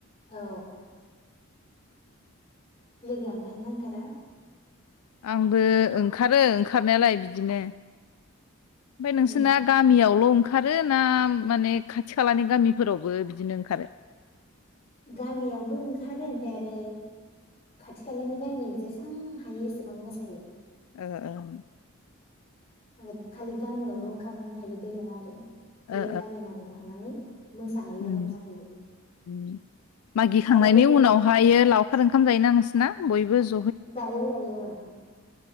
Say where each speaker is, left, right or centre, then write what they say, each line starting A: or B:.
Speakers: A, on the left; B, on the left.
A: औ लोगो ओंखारोना ओंखारा
B: आंबो ओंखारो ओंखारनायालाय बिदिनो ओमफाय
A: उम
B: नोंसोना गामियावल' ओंखा ओंखारो ना माने खाथि खालानि गामिफोरावबो बिदिनो ओंखारो
A: गामियावबो ओंखारो ओमफाय आरो खाथि खालानि गामि जेसेबां हायो एसेबां मोसायो
B: ओ ओ
A: माने खालि गामियावल' ओंखारनानै थायो बे नङा आरो बेलेग
B: ओ
A: गामि मानि थांनानै मोसाहैयो
B: उम
A: रंजाहैयो
B: उम मागिखांनायनि
A: आरो बेलेग
B: उनावहायो लावखार ओंखाम जायो नोंस ना बयबोज
A: जायो जायो ओं ओं